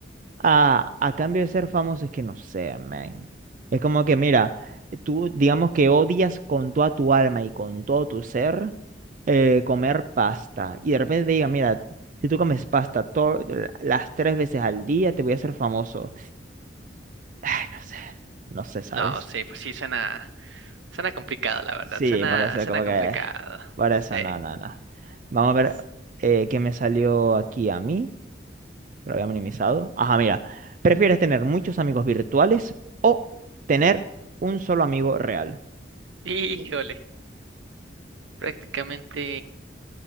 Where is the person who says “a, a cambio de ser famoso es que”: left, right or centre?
Right